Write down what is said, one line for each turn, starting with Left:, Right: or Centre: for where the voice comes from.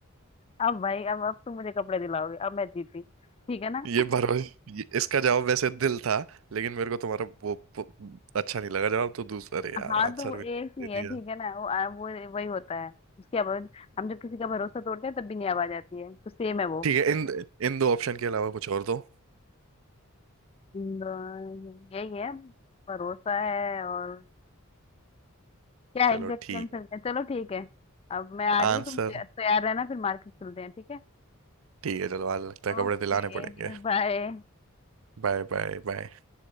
Left: अब भाई अब अब तुम मुझे कपड़े दिलाओगे अब मैं जीती ठीक है ना
Right: ये भरोसे ये- इसका जवाब वैसे दिल था लेकिन मेरे को तुम्हारा वो वो अच्छा नहीं लगा जवाब तो दूसरा अरे यार
Left: हाँ
Right: आंसर
Left: तो वो एक
Right: भी दे
Left: ही
Right: दिया
Left: है ठीक है ना वो आ, वो वही होता है उसकी आवाज हम जब किसी का भरोसा तोड़ते हैं तब भी नहीं आवाज आती है तो सेम है वो
Right: ठीक है इन इन दो ऑप्शन के अलावा कुछ और दो
Left: न- यही है भरोसा है और क्या है
Right: चलो
Left: एग्जैक्ट
Right: ठीक
Left: आंसर
Right: है
Left: क्या है? चलो ठीक है अब मैं आ रही
Right: आंसर
Left: हूँ तुम तै- तैयार रहना फिर मार्केट चलते हैं ठीक है
Right: ठीक है चलो आज लगता है
Left: Okay
Right: कपड़े दिलाने पड़ेंगे
Left: bye
Right: Bye bye bye